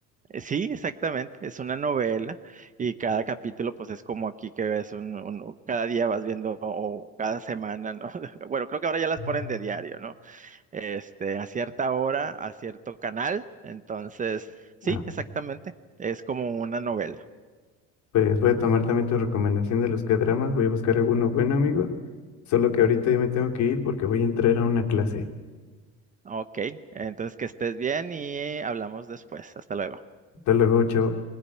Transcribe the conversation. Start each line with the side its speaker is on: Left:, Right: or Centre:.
Right: Eh, Sí, exactamente, es una novela y cada capítulo pues es como aquí que ves un, un- cada día vas viendo o cada semana, ¿no? <laughs> Bueno, creo que ahora ya las
Left: Ujú.
Right: ponen de diario, ¿no? Este, a cierta hora, a cierto canal, entonces, sí,
Left: Ah,
Right: exactamente, es como una novela.
Left: pues voy a tomar también tu recomendación de los K-dramas. Voy a buscar alguno bueno, amigo. Solo que ahorita yo me tengo que ir porque voy a entrar a una clase.
Right: Ok, entonces que estés bien y hablamos después. Hasta luego.
Left: Hasta luego, chao.